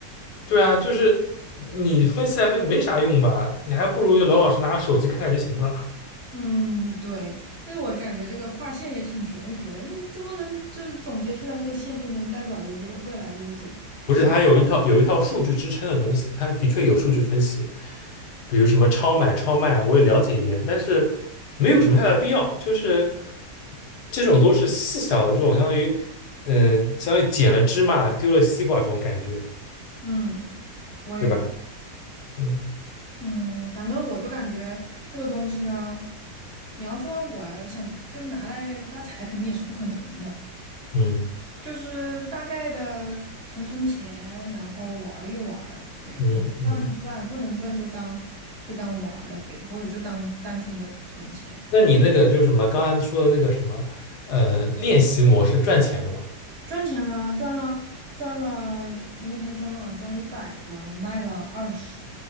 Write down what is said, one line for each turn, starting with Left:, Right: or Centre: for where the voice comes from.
Left: 对啊，就是你分析来分析没啥用吧？你还不如就老老实拿个手机看看就行了。
Right: 嗯，对，因为我感觉这个画线也挺玄学的，你怎么能就是总结出来这个线就能代表着未未来就是怎怎？
Left: <laughs> 不是，它有一套有一套数据支撑的东西，它的确有数据分析，比如什么超买、超卖啊，我也了解一点，但是没有什么太大的必要，就是。这种都是细小的这种，相当于，嗯，相当于捡了芝麻丢了西瓜这种感觉，
Right: 嗯，我也觉
Left: 对吧？嗯
Right: 嗯，反正我就感觉这个东西呢，你要说我想就是拿来发财，肯定也是不可能的，
Left: 嗯
Right: 就是大概的存存钱，然后玩儿一玩儿这样能赚就赚，
Left: 嗯嗯。
Right: 不能赚就当就当玩儿了呗，或者就当单纯的存钱。
Left: 那你那个就是什么，刚才说的那个什么，呃，练习模式赚钱了吗？
Right: 赚钱了，赚了赚了，那天赚了好像赚了一百多，然后卖了二十，